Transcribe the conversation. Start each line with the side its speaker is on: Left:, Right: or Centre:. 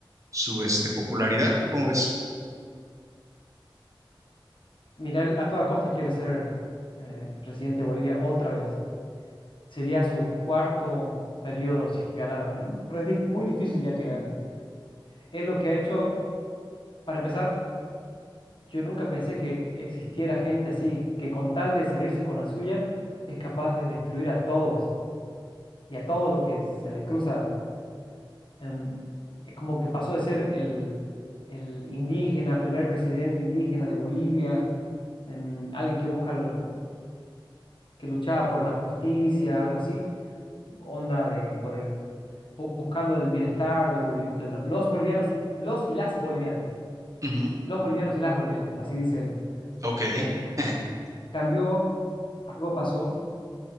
Right: su este, popularidad. ¿Tú cómo ves?
Left: Milei a toda costa quiere ser eh, presidente de Bolivia otra vez. Sería su cuarto periodo si es que ganara, pero, pero es dif- muy difícil ya que gane. Es lo que ha hecho, para empezar, yo nunca pensé que existiera gente así, que con tal de salirse con la suya es capaz de destruir a todos y a todo lo que se le cruza em, es como que pasó de ser el, el indígena, primer presidente indígena de Bolivia, em, alguien que busca lo- que luchaba por la justicia, algo así, onda de por el, bu- buscando el bienestar de, los boli- de lo- los bolivianos, los y las bolivianas,
Right: Ujú,
Left: los bolivianos y las bolivianas, así dice él.
Right: Ok,
Left: Em,
Right: <laughs>
Left: cambió, algo pasó,